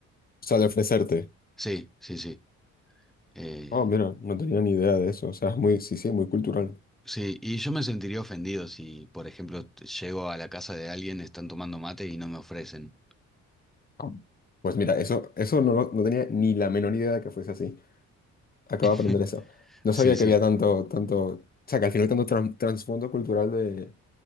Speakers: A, on the left; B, in the centre.
A: sea, de ofrecerte.
B: sí, sí, sí. Eh,
A: Oh, mira, no tenía ni idea de eso. O sea, es muy, sí, sí, muy cultural.
B: Sí, y yo me sentiría ofendido si, por ejemplo, t- llego a la casa de alguien, están tomando mate y no me ofrecen.
A: Ah. Pues mira, eso, eso no, lo- no tenía ni la menor idea de que fuese así. Acabo
B: <laughs>
A: de aprender eso. No sabía
B: Sí, sí,
A: que había tanto, tanto, o sea, que al final tanto tran- trasfondo cultural de,